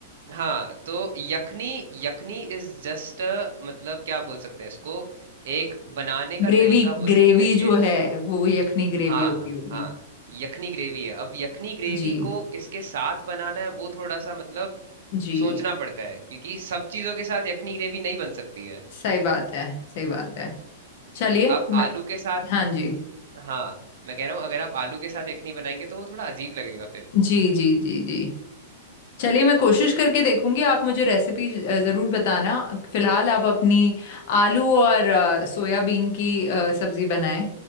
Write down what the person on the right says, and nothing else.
हाँ तो यखनी यखनी इज जस्ट मतलब क्या बोल सकते हैं इसको एक बनाने का
तरीका बोल
सकते हैं ये
हाँ,
हाँ, यखनी ग्रेवी है। अब यखनी ग्रेवी
को किसके साथ बनाना है वो थोड़ा सा मतलब
सोचना पड़ता है क्योंकि सब चीजों के साथ यखनी ग्रेवी नहीं बन सकती है।
आप
आलू के साथ
हाँ, मैं कह रहा हूँ अगर आप आलू के साथ यखनी बनाएंगे तो वो थोड़ा अजीब लगेगा फिर।